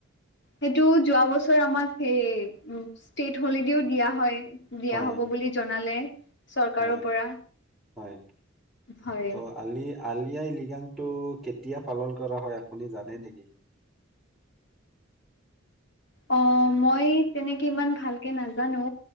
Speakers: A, on the left; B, in the centre.
A: সেইটো যোৱা বছৰ আমাক সেই উম ষ্টেট হলিডেও দিয়া হয়। দিয়া
B: হয়
A: হব বুলি জনালে। চৰকাৰৰ
B: হয়
A: পৰা
B: হয়
A: হয়
B: ত' আলি আলি আই লৃগাংটো কেতিয়া পালন কৰা হয়? আপুনি জানে নেকি?
A: অ' মই তেনেকে ইমান ভালকে নাজানো।